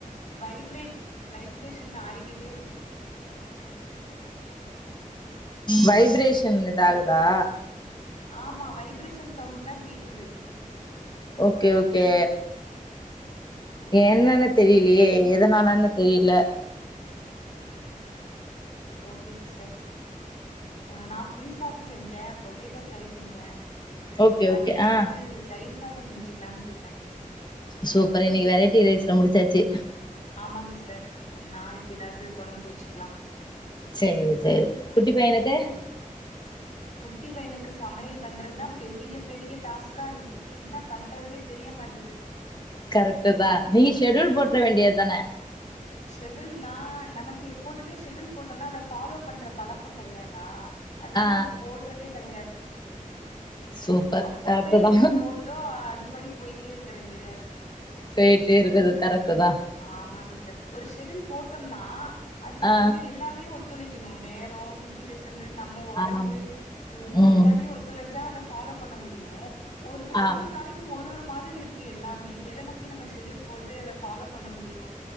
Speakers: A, on the left (about 60°); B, on the left (about 30°).
A: Vibrate vibration ஆயிகிட்டேருக்கு.
B: வைப்ரேஷன்ல இது ஆகுதா?
A: ஆமா வைப்ரேஷன் சவுண்ட்டு தா கேக்குது.
B: Okay okay. என்னன்னு தெரியிலையே எதனாலன்னு தெரில.
A: ஓகே சிஸ்டர் ஆ நா புளிசாதோ செஞ்சே பொட்டேட்டோ ஃப்ரை செஞ்சே.
B: ஓகே
A: மதியத்துக்கு
B: ஓகே ஆ
A: தயிர் சாதோ செஞ்சிக்கலான்ருக்கே.
B: சூப்பர் இன்னிக்கு வெரைட்டி ரைஸ்ல முடிச்சாச்சி.
A: ஆமா சிஸ்டர் அ நாளைக்கி எதாவது கொழம்பு வெச்சுக்லா.
B: சே சேர் குட்டி பையனுக்கு?
A: ம் குட்டி பையனுக்கு சமையல் பண்றத்தா பெரியப் பெரிய டாஸ்கா இருக்கு என்ன பண்றதுன்னே தெரிய மாட்டுது.
B: கரெக்ட்டு தா நீங்க ஷெட்யூல் போட்ற வேண்டியத் தான.
A: ஷெட்யூல் நா நமக்கு எப்போதுமே ஷெட்யூல் போட்டம்னா அத ஃபாலோ பண்ற பழக் கோ கெடையாதா அதுனால
B: ஆ
A: அது போட்றதே கெடையாது.
B: சூப்பர்
A: அப்பப்ப
B: கரெக்டு
A: என்ன
B: தான்
A: தோணுதோ அ அதுபடி போயிட்டே இருக்க வேண்டியதாருக்கு.
B: போயிட்டே இருக்கது கரெக்ட்டு தா.
A: ஆமா சிஸ்டர். ஒரு ஷெட்யூல் போட்டம்ன்னா அதுக்கு
B: ஆ
A: வந்து எல்லாமே ஒத் துழைக்கணு நேரோ சுச்சுவேஷனு நம்ம ஒடம்பு
B: ஆம்
A: இம்
B: ம்
A: எல்லாமே ஒ த்துழச்சா அத ஃபாலோ பண்ண முடியு ஒருன்னு
B: ஆ
A: ஒரு ஒரு நாளை க்கு ஒரு ஒரு மாதிரி இருக்கு எல்லாமே எத நம்பி நம்ம ஷெட்யூல் போட்டு அத ஃபாலோ பண்ண முடியு.